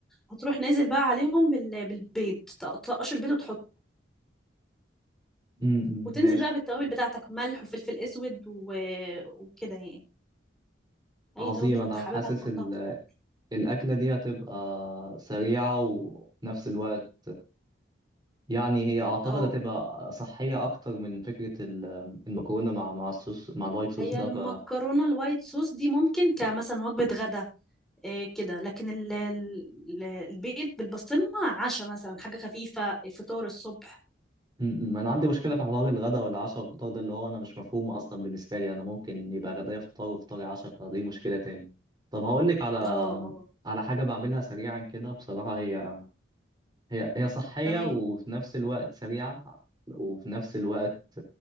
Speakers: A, in the centre; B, on the right.
A: هتروح نازل بقى عليهم بال... بالبيض تقطقش البيض وتحطه
B: امم
A: وتنزل
B: ماشي
A: بقى بالتوابل بتاعتك ملح وفلفل اسود و... وكده يعني اي
B: عظيم
A: توابل
B: أنا
A: انت حاببها
B: حاسس
A: تحطها
B: ال-
A: في الاكل
B: الأكلة دي هتبقى سريعة وفي الوقت يعني هي أعتقد
A: اه
B: هتبقى صحية أكتر من فكرة ال- المكرونة مع مع الصوص مع الوايت صوص
A: هي
B: ده
A: المكرونه
B: ف
A: الوايت صوص دي ممكن كمثلا وجبه غدا إيه كده لكن ال- ال- البيض بالبسطرمة عشاء مثلا حاجة خفيفة فطار الصبح
B: م- م. أنا عندي مشكلة في حوار الغداء والعشاء والفطار ده اللي هو أنا مش مفهوم أصلا بالنسبة لي أنا ممكن يبقى غدايا فطار وفطاري عشاء فدي مشكلة تاني طب هقول لك على
A: اه اه
B: على حاجة بعملها سريعا كده بصراحة هي هي هي صحية
A: تمام
B: وفي نفس الوقت سريعة وفي نفس الوقت